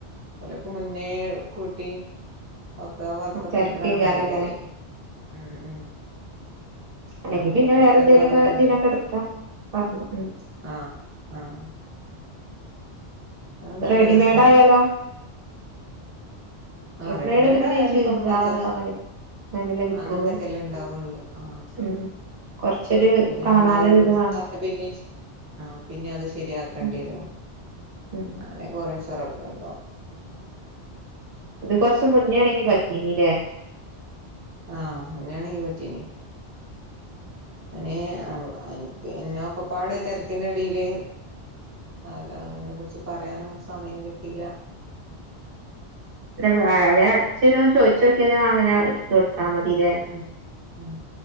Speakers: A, on the right; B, on the right.
A: ഓലൊക്കെ മുന്നേ കൂട്ടി ഒക്കെ വർക്കൊക്കെ
B: തിരക്കേക്കാരല്ലേ
A: ഇട്ക്ക്ണ ആൾക്കാരയ്ക്കാരെ ഉം ഉം
B: അല്ലെങ്കി
A: അപ്പ നമ്മള്
B: പിന്നെ
A: പെട്ടെന്ന്
B: വേറെന്തീലൊക്കെ
A: പറഞ്ഞാ കിട്ട
B: തിനൊക്കെ ഇട്ക്കും പറഞ്ഞു ഉം
A: ആഹ് ആഹ് അത് നല്ല
B: റെഡിമെയ്ഡായാലോ
A: രസണ്ട് ആഹ്
B: റെഡിമെയ്ഡില്
A: റെഡിമെയ്ഡായാലും
B: പിന്നെ ഈ ചുരിദാറ്
A: പ്പൊ അമ്മളൊക്കെ
B: അങ്ങനെ അങ്ങനെല്ലേ കിട്ടുള്ളൂ
A: അങ്ങൻത്തൊക്കെല്ലേ ണ്ടാവൊള്ളു ആഹ്
B: ഉം കൊറച്ചൊരു
A: പിന്നെ
B: കാണാന്
A: ഞമ്മളതൊന്ന്
B: ഇത്
A: ഇട്ത്ത
B: വേണം
A: പിന്നെ ആഹ് പിന്നെ അത് ശെരിയാക്കണ്ടിവരും
B: ഉം ഉം
A: അങ്ങനേ കൊറേ ചൊറകള്ണ്ടാവും
B: ഇത് കൊറച് മുന്നേണെങ്കി പറ്റീനിലേ
A: ആഹ് അങ്ങനെണെങ്കീ പറ്റീനി അയ്ന് അം പിന്നെ ഒക്കപ്പാട് ഇ തെര്ക്കിന്റെടീല് അഹ് അഹ് അതിനെ കുറ്ച്ച് പറയാനും സമയം കിട്ടീല്ല
B: പിന്നെ അങ്ങനെ വേം അട്ചേരോന്ന് ചോയിച്ചോക്കിയാൽ അങ്ങനെ ചോ ആഹ് മതിലേ
A: ഉം ഉം